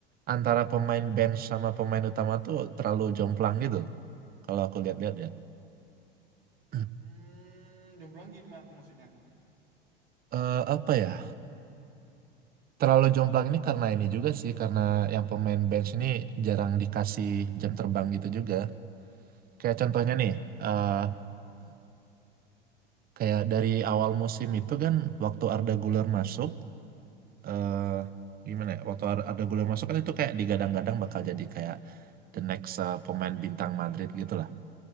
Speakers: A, on the right; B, on the right.
A: antara pemain bench sama pemain utama tuh terlalu jomplang gitu kalau aku lihat-lihat ya. <clears throat>
B: Hmm, jomplang gimana tuh maksudnya?
A: Eh, apa ya terlalu jomplang ini karena ini juga sih karena yang pemain bench ini jarang dikasih jam terbang gitu juga. Kayak contohnya nih eh kayak dari awal musim itu kan waktu Arda Güler masuk eh gimana ya waktu ada ada gol masuk kan itu kayak digadang-gadang bakal jadi kayak the next eh, pemain bintang Madrid gitu lah.